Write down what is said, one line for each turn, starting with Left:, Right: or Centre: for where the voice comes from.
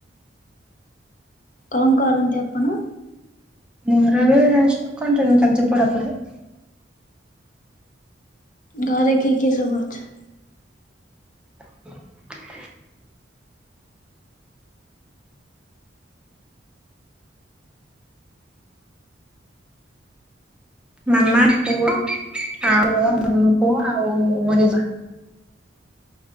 Left: ଉଁ କଣ କରନ୍ତି ଆପଣ?
Centre: ମୋର ଏବେ କଣ୍ଟିନ୍ୟୁ ଚାଲିଚି ପଢା ପଢି।
Left: ଘରେ କିଏ କିଏ ସବୁ ଅଛନ୍ତି?
Centre: ହ ମାମା, ପୁଅ, ଆଉ <unintelligible> ମୁଁ ପୁଅ ଆଉ ମୋ ଜେଜ।